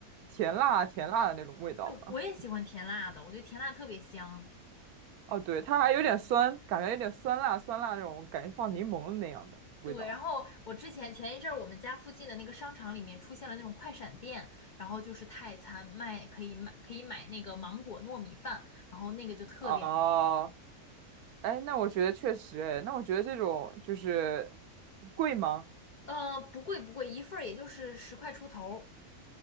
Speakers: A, on the right; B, on the left.
A: 甜辣甜辣的那种味道吧。
B: 就我也喜欢甜辣的，我觉得甜辣特别香。
A: 哦，对，它还有点酸，感觉有点酸辣酸辣那种，感觉放柠檬那样的味道。
B: 对，然后我之前前一阵儿我们家附近的那个商场里面出现了那种快闪店，然后就是泰餐卖可以买可以买那个芒果糯米饭，然后那个就特别
A: 哦，哎，那我觉得确实，哎，那我觉得这种就是贵吗？
B: 呃不贵不贵，一份儿也就是十块出头儿，